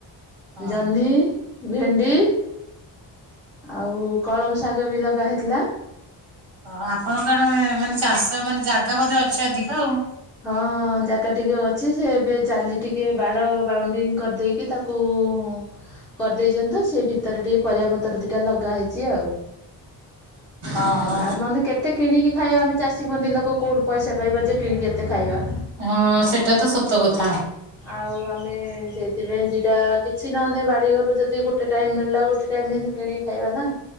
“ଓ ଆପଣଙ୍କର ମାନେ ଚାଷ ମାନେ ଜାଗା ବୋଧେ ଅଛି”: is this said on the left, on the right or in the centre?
Right